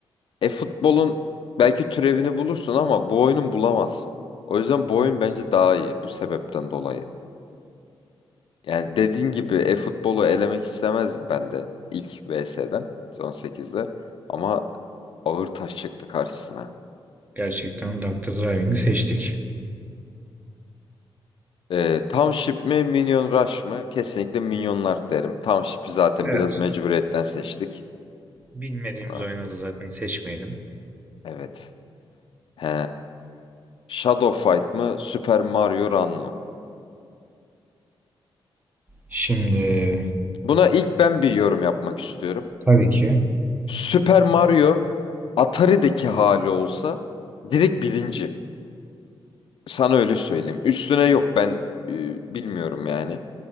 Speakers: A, on the left (about 65°); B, on the right (about 15°).
A: E-futbolun belki türevini bulursun ama bu oyunun bulamazsın. O yüzden bu oyun
B: Evet.
A: bence daha iyi bu sebepten dolayı. Yani dediğin gibi e-futbolu elemek istemezdim ben de ilk VS'den son 8'de. Ama Ağır taş çıktı karşısına.
B: Gerçekten Dr. Driving'i seçtik.
A: Ee, Township mi Minion Rush mı? Kesinlikle Minyonlar derim. Township'i zaten
B: Evet.
A: biraz mecburiyetten seçtik.
B: Bilmediğimiz
A: Ha,
B: oyuna da zaten seçmeyelim.
A: evet. He. Shadow Fight mı Super Mario Run mı?
B: Şimdi
A: Buna ilk ben bir yorum yapmak istiyorum.
B: tabii ki.
A: Super Mario Atari'deki hali olsa direkt birinci. Sana öyle söyleyeyim. Üstüne yok ben e, bilmiyorum yani.